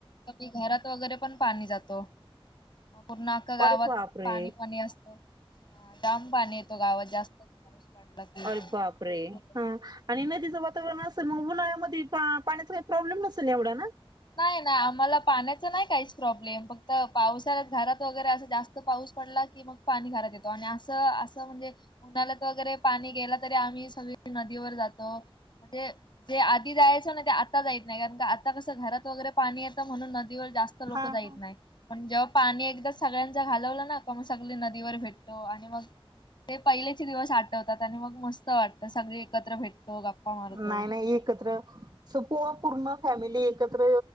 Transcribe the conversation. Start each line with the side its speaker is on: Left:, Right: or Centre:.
Left: तर ते घरात वगैरे पण पाणी जात. मग पूर्ण आख्खा गावात
Right: अरे बापरे
Left: पाणी पाणी असत जाम पाणी येतो गावात जास्त पाऊस पडला. की
Right: अल बापरे
Left: भरपूरच
Right: हा आणि नदीचं वातावरण अस मग उन्हाळ्यामध्ये पाण्याचा काही प्रॉब्लेम नसेल एवढा ना
Left: नाही ना आम्हाला पाण्याच नाही काहीच प्रॉब्लेम फक्त पावसाळ्यात घरात वगैरे असं जास्त पाऊस पडला की मग पाणी घरात येतो आणि असं असं म्हणजे उन्हाळ्यात वगैरे पाणी गेला तरी आम्ही सगळी नदीवर जातो. म्हणजे जे आधी जायचं ना ते आता जाईत नाही कारण आता कसं घरात वगैरे पाणी येतं म्हणून नदीवर जास्त लोक
Right: हा
Left: जाईत
Right: हा
Left: नाही. पण जेव्हा पाणी एकदा सगळ्यांच घालवलं ना का मग सगळी नदीवर भेटतो आणि मग ते पहिलेचे दिवस आठवतात आणि मग मस्त वाटतं सगळे एकत्र भेटतो मारतो
Right: नाही नाही एकत्र स प पूर्ण फॅमिली एकत्र